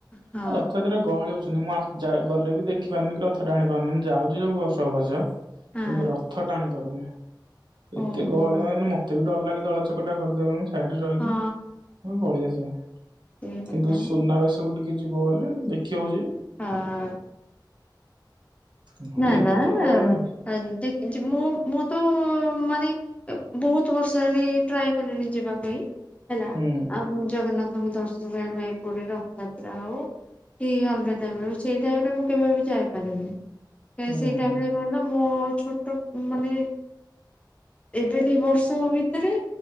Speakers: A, on the left; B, on the right.
A: ହଁ
B: ରଥଯାତ୍ରା ରେ ଗହଳି ହଉଛି। ମାନେ ମୁଁ ଆସ ଯାଏ ଗଲେ ବି ଦେଖିପାରୁନି କି ରଥ ଟାଣି ପାରୁନି ମୁଁ ଯାଉଛି ସବୁ ବର୍ଷ ଅବଶ୍ୟ।
A: ହଁ।
B: କିନ୍ତୁ ରଥ ଟାଣି ପାରୁନି ଏତେ
A: ଓହୋ
B: ଗହଳି ମାନେ ମ ତେବେ ଡର ଲାଗେ ଦଳା ଚକଟା କରିଦେବେଣୀ। ସାଇଡିରେ ରହିକି
A: ହଁ
B: ମୁଁ ପଳେଇ ଆସେ
A: ସେଇ କଥା
B: କିନ୍ତୁ ସୁନାବେଶ କୁ ଟି କିଏ ଯିବ ବୋଲେ ଦେଖି ହଉଯି।
A: ହଁ।
B: ନହେଲେ
A: ନା
B: ଏତେ
A: ନା
B: ଗହଳି
A: ଏମିତି କିଛି ମୁଁ ମୁଁ ତ ମାନେ ବହୁତ ବର୍ଷ ହେଲାଣି ଟ୍ରାଏ କଲିଣି ଯିବା ପାଇଁ ହେଲା
B: ହୁଁ
A: ଆଉ ଜଗନ୍ନା ଥ ଙ୍କୁ ଦର୍ଶନ କରିବା ପାଇଁ ପୁରୀ ରଥଯାତ୍ରା ହଉ। ଏଇ ଅଲଗା ଟାଇମିରେ ସେଇ ଟାଇମି ଟା ମୁଁ କେବେ ବି ଯାଇପାରେନି। ଏ
B: ହୁଁ
A: ସେଇ ଟାଇମ ରେ କଣ ନା ମୋ ଛୋଟ ମାନେ ଏବେ ଦି ବର୍ଷ ଭିତରେ